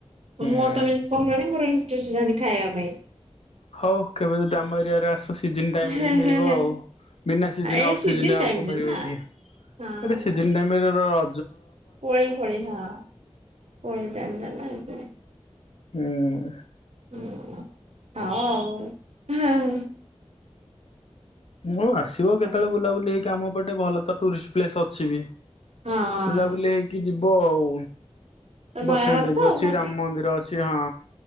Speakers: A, on the left (about 70°); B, on the right (about 75°).
A: ହୁଁ
B: ମୁଁ ର ତମେ <inaudible> <inaudible> ଖାଇବା ପାଇଁ।
A: ହଉ କେବେ ଯଦି ଆମ ଏରିଆ ରେ ଆସୁଛି ସିଜନ ଟାଇମ
B: ହେଁ
A: ରେ ମିଳିବ
B: ହେଁ ହେଁ।
A: ଆଉ ବିନା ସିଜନ
B: ଏ
A: ଅଫ
B: ସିଜିନ
A: ସିଜନ
B: ଟାଇମରେ
A: ଆଉ କୋଉମିଳିବ
B: ନା
A: କି
B: ହଁ
A: ଏଟା ସିଜନ୍ ଟାଇମ ରେ ଧର
B: କୋଳି ପୋଳି ହଁ କୋଳି ଟାଇମ୍ ଟା ନା ଏଥିପାଇଁ।
A: ହୁଁ।
B: ହଁ ଆଉ।
A: ମୁଁ ଆସିବ କେତେବେଳେ
B: ହଁ।
A: ବୁଲାବୁଲି ହେଇକି ଆମ ପଟେ ଭଲ ତ ଟୁରିଷ୍ଟ ପ୍ଲେସ ଅଛି ବି
B: ହଁ
A: ବୁଲା ବୁଲି ଏଇଠି ଯିବ ଆଉ।
B: ତ ନୟାଗଡ
A: ବୈଷ୍ଣ ଦେବୀ
B: ତ ଆଉ
A: ଅଛି,
B: ନା
A: ରାମ
B: କି?
A: ମନ୍ଦିର ଅଛି। ଅଛି ହଁ।